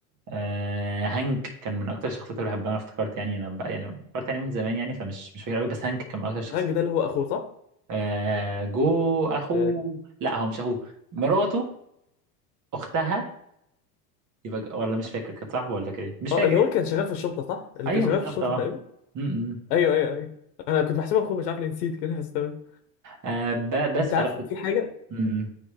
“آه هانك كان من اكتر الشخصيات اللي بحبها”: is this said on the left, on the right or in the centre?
Right